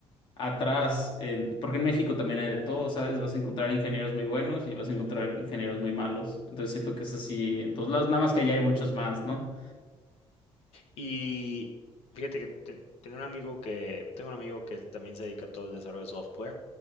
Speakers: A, on the left (about 50°); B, on the left (about 75°).
A: atrás, en- porque en México también hay de todo, ¿sabes? Vas a encontrar ingenieros muy buenos y vas a
B: Ujú.
A: encontrar ingenieros muy malos. Entonces siento que es así. Entonces, las, nada más que allá hay muchos más, ¿no?
B: Y fíjate que te- tenía un amigo que, tengo un amigo que también se dedica a todo el desarrollo de software.